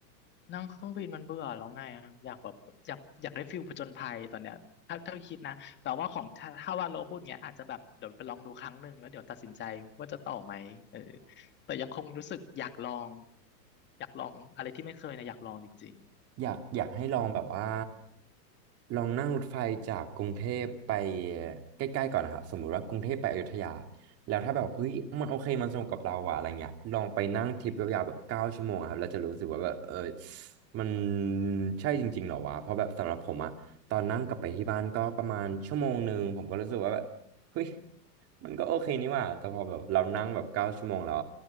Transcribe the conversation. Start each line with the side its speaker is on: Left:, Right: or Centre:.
Left: นั่งเครื่องบินมันเบื่อแล้วไงอะอยากแบบอยากอยากได้ฟิลผจญภัยตอนเนี้ยถ้าถ้าคิดนะแต่ว่าของถ้าถ้าว่าโลพูดเงี้ยอาจจะแบบเดี๋ยวไปลองดูครั้งหนึ่งแล้วเดี๋ยวตัดสินใจว่าจะต่อไหมเออแต่ยังคงรู้สึกอยากลองอยากลองอะไรที่ไม่เคยนะอยากลองจริง
Right: อยากอยากให้ลองแบบว่า
Left: ๆอืม
Right: ลองนั่งรถไฟจากกรุงเทพไปใกล้ๆก่อนนะครับสมมุติว่ากรุงเทพไปอยุธยาแล้วถ้าแบบเฮ้ยมันโอเคมันสนุกกับเราว่ะอะไรเงี้ยลองไปนั่งทริปยาวๆแบบเก้าชั่วโมงอะครับแล้วจะรู้สึกว่าแบบเออ
Left: อืม
Right: มันใช่จริงๆเหรอวะเพราะแบบสำหรับผมอะตอนนั่งกลับไปที่บ้านก็ประมาณชั่วโมงหนึ่งผมก็รู้สึกว่าแบบเฮ้ยมันก็โอเคนี่หว่าแต่พอแบบเรานั่งแบบเก้าชั่วโมงแล้ว